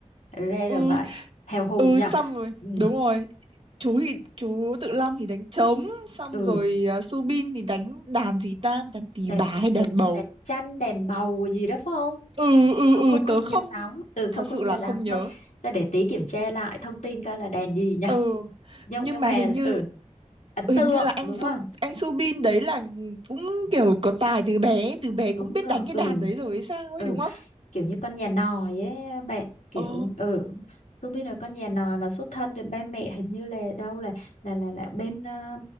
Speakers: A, on the left; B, on the right.
A: ra
B: Ừ,
A: là vậy hào hùng
B: ừ,
A: nhờ
B: xong rồi,
A: ừ
B: đúng rồi. Chú thì, chú Tự Long thì đánh trống, xong
A: ừ
B: rồi uh, Subin thì đánh đàn gì ta, đàn tỳ
A: đèn
B: bà hay
A: đèn
B: đàn
A: đèn
B: bầu.
A: đèn chanh đèn bầu gì đó phải không
B: ừ ừ
A: không
B: ừ
A: không không
B: tớ không
A: nhớ lắm ừ
B: thật
A: không
B: sự
A: không
B: là
A: nhớ lắm
B: không nhớ
A: thôi ta để tí kiểm tra lại thông tin coi là đèn gì nhở
B: ừ
A: nhưng
B: nhưng
A: nhưng
B: mà
A: mà
B: hình như
A: ừ ấn tượng
B: hình như là anh
A: đúng
B: Su
A: không
B: anh Subin đấy là cũng kiểu có tài từ bé từ bé cũng
A: đúng
B: biết
A: rồi
B: đánh cái
A: ừ
B: đàn đấy rồi hay sao
A: ừ
B: ấy đúng không
A: kiểu như con nhà nòi ấy bạn kiểu
B: Ồ,
A: ừ Ruby là con nhà nòi mà xuất thân thì ba mẹ hình như là đâu là là là, là bên ờ,